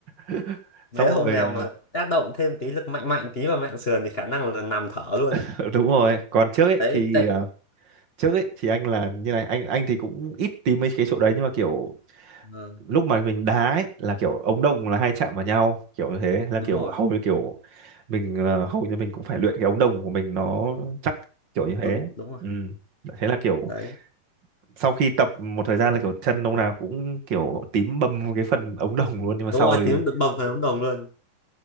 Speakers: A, on the right; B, on the left.
A: <laughs>
B: mấy
A: xong
B: ông
A: rồi
B: nào mà tác động thêm tí lực mạnh mạnh tí vào mạn sườn thì khả năng là nằm thở luôn
A: ờ, <laughs> đúng rồi còn trước ấy
B: đấy
A: thì
B: tại
A: ờ, trước ấy thì anh là như này anh anh thì cũng ít tìm mấy cái chỗ đấy nhưng mà kiểu
B: Vâng,
A: lúc mà mình đá ấy là kiểu ống đồng là hay chạm vào nhau kiểu như thế là
B: đúng
A: kiểu
B: rồi
A: hầu như kiểu mình ờ, hầu như mình cũng phải luyện cái ống đồng của mình nó chắc kiểu
B: nó
A: như thế
B: cứng đúng rồi
A: ừ thế là kiểu
B: đấy
A: sau khi tập một thời gian là kiểu chân ông nào cũng kiểu tím bầm cái phần ống đồng luôn nhưng mà sau
B: đúng rồi tím
A: thì
B: bầm phần ống đồng luôn